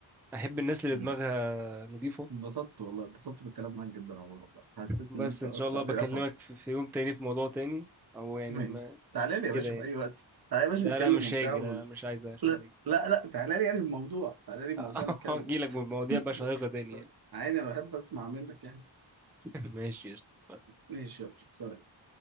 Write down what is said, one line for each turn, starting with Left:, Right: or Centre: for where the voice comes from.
Centre: أحب الناس اللي
Right: مم.
Centre: دماغها نظيفة
Right: انبسطت والله انبسطت بالكلام معاك جدا يا عمر والله حسيت
Centre: بس
Right: ان انت
Centre: إن
Right: وسعت
Centre: شاء الله بكلمك
Right: لي افاك
Centre: في, في يوم تاني في موضوع تاني أو يعني
Right: ماشي
Centre: ما
Right: تعالى لي يا
Centre: كده
Right: باشا
Centre: يعني
Right: في اي وقت تعالى يا باشا
Centre: لا
Right: نتكلم
Centre: لا مش
Right: وبتاع
Centre: هاجي
Right: و...
Centre: لا لا مش عايز مش
Right: لا
Centre: عايز أجي
Right: لا لا تعالى لي يعني الموضوع تعالى لي الموضوع
Centre: <laughs>
Right: نتكلم
Centre: هجيلك بمواضيع بقى شيقة
Right: <laughs>
Centre: تاني يعني
Right: عادي انا بحب اسمع منك يعني
Centre: <laughs> ماشي قشطة.
Right: ماشي يلا سلام